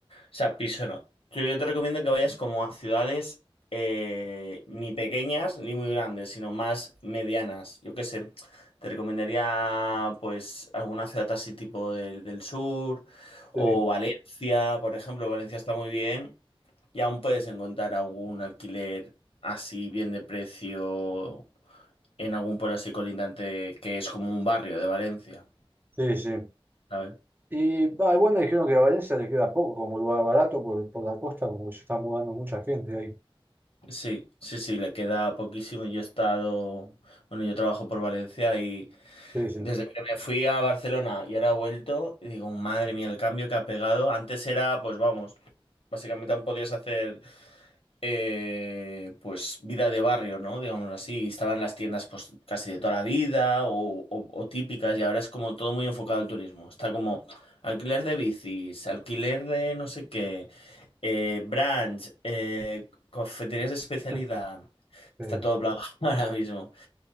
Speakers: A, on the left; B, on the right.
A: O sea, piso no. Yo, yo te recomiendo que vayas como a ciudades eh, ni pequeñas ni muy grandes, sino más medianas. Yo qué sé, te recomendaría pues alguna ciudad así tipo del, del sur o
B: Sí,
A: Valencia, por ejemplo. Valencia está muy bien y aún puedes encontrar algún alquiler así bien de precio en algún pueblo así colindante que es como un barrio de Valencia,
B: sí, sí.
A: ¿sabes?
B: Y ah, igual me dijeron que a Valencia le queda poco, como lugar barato, por, por la costa, como que se está mudando mucha gente ahí.
A: Sí, sí, sí, le queda poquísimo. Yo he estado, bueno, yo trabajo por Valencia y
B: Sí, sí.
A: desde que me fui a Barcelona y ahora he vuelto, y digo, madre mía, el cambio que ha pegado. Antes era, pues vamos, básicamente aún podías hacer eh, pues vida de barrio, ¿no? Digámoslo así. Estaban las tiendas pues casi de toda la vida o, o- o típicas y ahora es como todo muy enfocado al turismo. Está como alquiler de bicis, alquiler de no sé qué, eh, brunch, eh, cafeterías de especialidad.
B: <laughs> Sí.
A: Está todo plagado <laughs> ahora mismo.